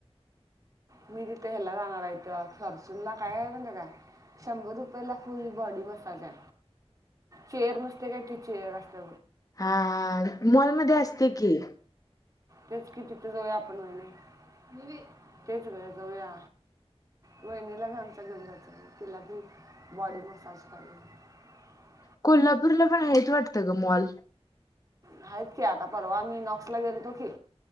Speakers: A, on the right; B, on the left.
A: मी तिथे ह्याला जाणार आहेथ फॉर्च्युन ला काय आहे पण ते काय शंभर रुपया ला फुल बॉडी मसाजय चेअर नसते काय ती चेअर असते
B: हा मॉलमध्ये असते की
A: तेच कि तिथे जाऊया आपण महिने तेच ग जाऊया वहिणीला घचा घेऊ जााच तिला बॉडी मसाज ह <unintelligible>
B: कोल्हापूरला पण हयचं वाटतं ग मॉल
A: आहेत की आता परवा मी नॉक्स ला गेलतो की